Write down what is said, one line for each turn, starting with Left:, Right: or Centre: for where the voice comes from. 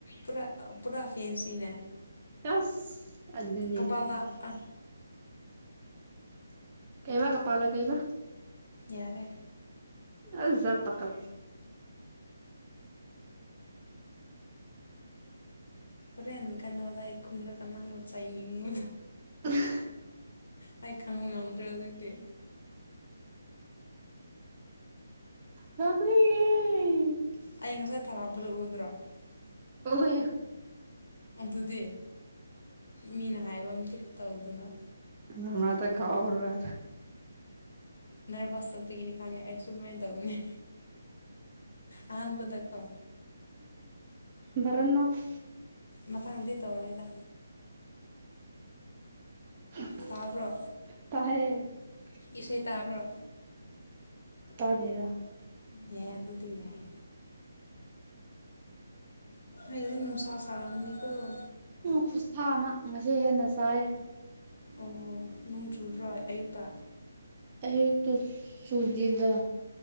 Left: ꯄꯨꯔꯥ ꯄꯨꯔꯥ ꯐꯦꯟꯁꯤꯅꯦ
Right: ꯑꯁ ꯑꯗꯨꯅꯤ
Left: ꯀꯄꯥꯜꯂꯥ
Right: ꯀ
Left: ꯑ
Right: ꯀꯩꯕ ꯀꯄꯥꯂ ꯀꯩꯕ
Left: ꯌꯥꯔꯦ
Right: ꯑꯖ ꯄꯀ
Left: ꯍꯣꯔꯦꯟ ꯀꯩꯅꯣ ꯑꯣꯗꯥꯏ ꯈꯨꯝꯔ ꯀ ꯅꯕ ꯆꯥꯏꯅꯤꯡꯉ
Right: ꯑ
Left: ꯑꯩ ꯈꯪꯕ ꯉꯝꯗ꯭ꯔ ꯑꯗꯨꯗꯤ
Right: ꯂꯔꯤ
Left: ꯑꯩ ꯉꯁꯥꯏ ꯊꯥꯔꯛꯄꯗꯣ <inaudible>
Right: ꯎꯋ
Left: ꯑꯗꯨꯗꯤ ꯃꯤꯅ ꯍꯥꯏꯕ ꯑꯝꯇ ꯇꯧꯗꯅ
Right: ꯍꯋ <inaudible> ꯀꯥꯎꯔ
Left: ꯅꯔ ꯄꯁꯇꯞꯒꯤꯅꯤ ꯈꯪꯉꯦ ꯑꯩ ꯁꯨ ꯀꯃꯥꯏꯅ ꯇꯧꯒꯅꯤ ꯑꯍꯥꯟꯕꯥꯟꯕꯗꯀꯣ
Right: ꯔꯅꯥꯅꯥꯁ
Left: ꯃꯊꯪꯗꯤ ꯇꯧꯔꯣꯏꯗ
Right: <inaudible>
Left: ꯇꯥꯕ꯭ꯔꯣ ꯏꯁꯩ ꯇꯥꯕ꯭ꯔꯣ
Right: ꯇꯥꯗꯗ
Left: ꯌꯥꯏꯌꯦꯕꯨꯗꯤ ꯌꯥꯏ ꯍꯥꯏꯅ ꯁꯥ ꯁꯔꯥ ꯃꯅꯤ ꯀꯧꯕ
Right: ꯈꯨꯠꯁꯥꯃꯛ ꯉ ꯍꯦꯟꯅ ꯆꯥꯏꯌꯦ
Left: ꯑꯣ ꯅꯣꯡ ꯆꯨꯗ꯭ꯔꯣꯏ ꯑꯌꯨꯛꯇ
Right: ꯑꯌꯨꯛꯇ ꯁꯨꯖꯤꯗ